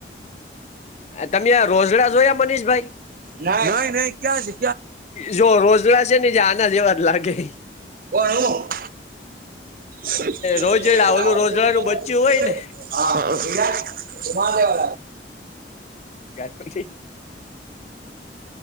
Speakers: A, on the left (about 40°); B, on the right (about 50°).
A: તમે આ રોઝડા જોયા મનીષભાઈ
B: ના નઈ નઈ ક્યાં છે.
A: જો રોઝડા છે ને જે આના જેવા જ લાગે
B: ઓણ હો. <unintelligible>
A: રોજડા ઓલું રોજડાનું બચ્ચું હોય ને ગાય હોદી.